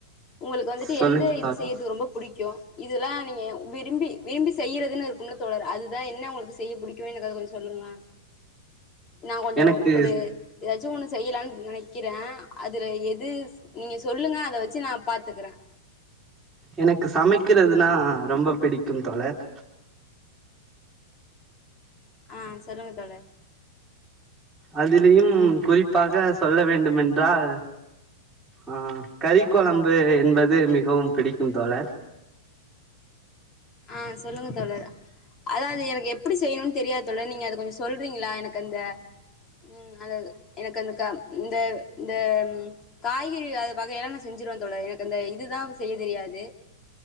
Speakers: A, on the left (about 25°); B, in the centre.
A: உங்களுக்கு வந்துட்டு
B: சொல்லுங்க
A: எந்த இது
B: தோழர்
A: செய்யறது ரொம்ப பிடிக்கும் இதெல்லாம் நீங்க விரும்பி விரும்பி செய்யறிறதுன்னுன்ன தோழர் அதுதான் என்ன உங்களுக்கு செய்ய பிடிக்கும் என கொஞ்சம் சொல்லுங்கங்கள் நான் கொஞ்சம்
B: எனக்கு
A: ஒரு ஏதாச்சும் ஒனு செய்யலாம்னு நினைக்கிறேன் அதுல எது நீங்க சொல்லுங்க அத வச்சு நான் பார்த்துக்கறேன்
B: எனக்கு சமைக்கிறதுனா ரொம்ப பிடிக்கும் தோழர்
A: ஆஹ் சொல்லுங்க தோழர்
B: அதிலியும் குறிப்பாக சொல்ல வேண்டும் என்றால் ஆஹ் கறிக்குழம்பு என்பது மிகவும் பிடிக்கும் தோழர்
A: ஆஹ் சொல்லுங்க தோழர் அதான் அது எனக்கு எப்படி செய்யணும்னு தெரியாது தோழர் நீங்க அது கொஞ்சம் சொல்றீங்களா எனக்கு அந்த உம் அ எனக்கு அந்த இந்த இந்த காய்கறி அது வகையெல்லாம் நான் செஞ்சிருவேன் தோழர் எனக்கு அந்த இதுதான் செய்ய தெரியாது